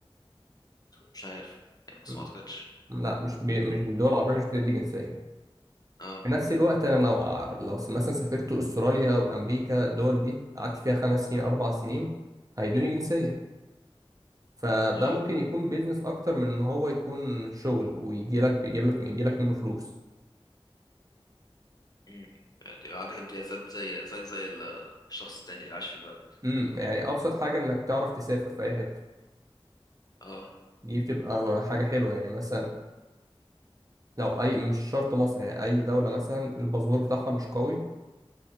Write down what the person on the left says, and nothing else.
مش عارف يعني بس
ما اعتقدش
اه
اه
مم. يعني عندك امتيازات زي زيك زي ال- الشخص التاني اللي عايش في البلد
اه